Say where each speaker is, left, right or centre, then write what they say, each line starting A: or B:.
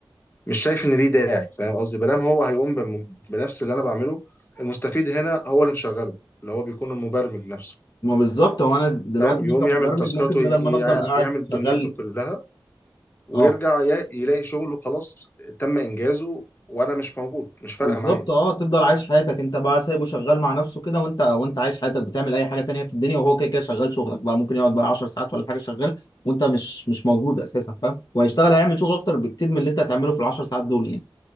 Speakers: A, on the left (about 25°); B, on the left (about 55°).
A: مش شايف ان ليه داعي فاهم قصدي بلام هو هيقوم بم- بنفس اللي انا بعمله المستفيد هنا هو اللي مشغله اللي هو بيكون المبرمج نفسه
B: ما بالظبط هو انا دلوقتي
A: فاهم يقوم
B: أنا
A: يعمل
B: كمبرمج
A: تاسكاته
B: ممكن بدل
A: ي-
B: ما انا افضل
A: يعم-
B: قاعد
A: يعمل
B: شغال
A: دنيته كلها ويرجع
B: اه
A: ي- يلاقي شغله خلاص تم انجازه وانا مش موجود مش فارقة
B: بالظبط
A: معايا
B: اه تفضل عايش حياتك انت بقى سايبه شغال مع نفسه كده وانت وانت عايش حياتك بتعمل اي حاجة تانية في الدنيا وهو كده كده شغال شغلك بقى ممكن يقعد بقى 10 ساعات ولا حاجة شغال وانت مش مش موجود اساسا فاهم وهيشتغل هيعمل شغل اكتر بكتير من اللي انت هتعمله في ال 10 ساعات دول يعني